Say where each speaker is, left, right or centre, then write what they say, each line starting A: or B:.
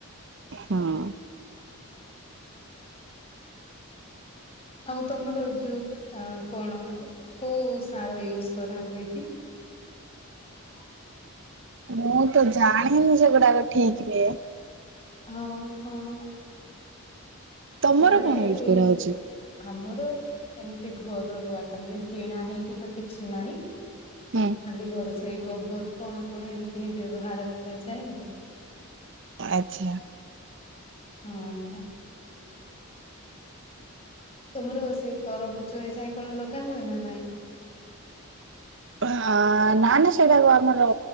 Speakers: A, on the right; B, on the left.
A: ହଁ।
B: ଆଉ ତମର ଯୋଉ ଆ କଣ କୋଉ ସାର ୟୁଜ କରାହୁଏକି? <unintelligible>
A: ମୁଁତ ଜାଣିନି ସେଗୁଡାକ ଠିକ ରେ।
B: ହଁ ହଁ।
A: ତମର
B: ମାନେ
A: କଣ ୟୁଜ୍
B: ଏଇ
A: କରାହଉଛି?
B: ଆମର ଏମିତି ଘରରୁ ଆକା ମାନେ କିଣା ହେଇକିତ କିଛି ନାହିଁ।
A: ହୁଁ।
B: ଖାଲି ଘରେ ସେ ଗୋବର କଣ କଣ ଏମିତି ହିଁ ବ୍ୟବହାର କରାଯାଏ ଆଉ।
A: ଆଛା।
B: ହଁ। ତମର ସେଇ ତରଭୁଜ ଏଯାଏଁ କଣ ଲଗା ହୁଏ ନା ନାଇଁ?
A: ଆ ନା ନା ସେଡାକୁ ଆମର